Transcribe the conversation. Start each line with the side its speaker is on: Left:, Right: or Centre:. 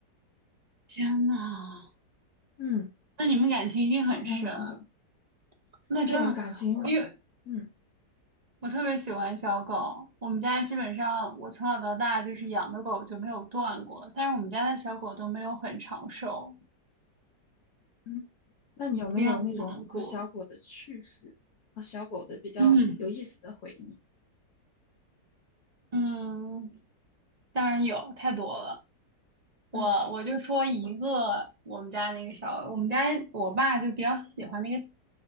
Right: <laughs> 天呐，
Left: 嗯，
Right: 那你们感情一定很深。
Left: 它活了蛮久。
Right: 那这样，
Left: 对，感情，
Right: 因为
Left: 嗯
Right: 我特别喜欢小狗，我们家基本上我从小到大就是养的狗就没有断过，
Left: 嗯
Right: 但是我们家的小狗都没有很长寿，
Left: 嗯，那你有没有那种和小狗的趣事，
Right: 非常的难过。
Left: 和小狗的比较有意思的回忆？
Right: <clears throat> 嗯，当然有，太多了。我我就说一个我们家那个小，
Left: 嗯
Right: 我们家我爸就比较喜欢那个